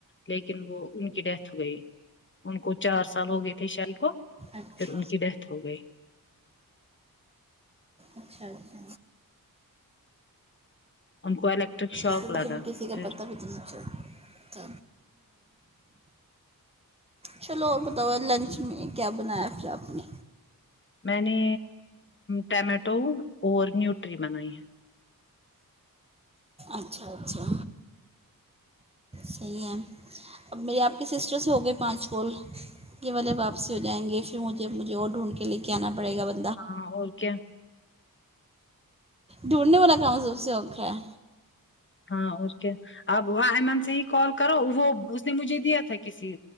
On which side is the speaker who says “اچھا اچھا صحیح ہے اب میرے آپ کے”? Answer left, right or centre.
Right